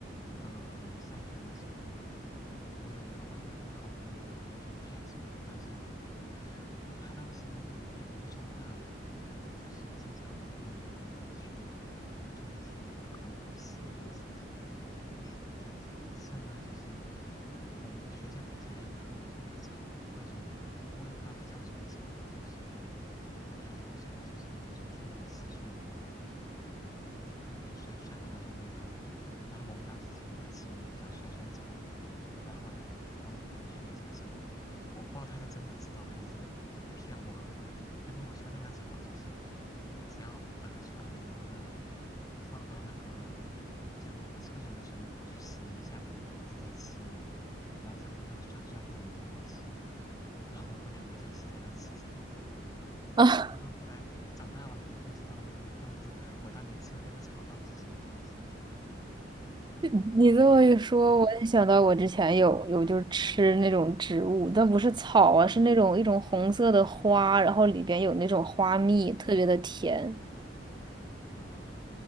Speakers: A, on the left; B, on the right.
A: 呃，上学的时候，我有一个玩的很好的一个同学，他也是我的发小嘛。然后他当时呢就有点那个中二吧，就是经常会带着我去做一些不可思议的事情。<laughs> 有有一次呢，就是我们学校底下有那种就是那个草，那种我也不知道它叫什么草，就是它咬起来就是那种挺有汁水的那种感觉，然后有点酸酸的那种味道。然后我们当时就给它起名叫酸酸草。然后我那个朋友就跟我说，这个草，我不知道他是真的知道还是骗我哈、他跟我说那个草就是，只要拔出来，然后呢，放到那个就那个厕所的水龙头去洗一下，它就可以直接吃了。然后这个味道酸酸的，也挺好吃的。然后我们两个就一起在那吃草。
B: 啊，
A: 然后后来长大了，我都不知道我当时我当年吃的那个草到底是什么东西。
B: <laughs> 你这么一说，
A: 嗯
B: 我也想到我之前有有就是吃那种植物，
A: 嗯嗯
B: 但不是草啊，是那种一种红色的花，
A: 嗯
B: 然后里边有那种花蜜，特别的甜。
A: 啊，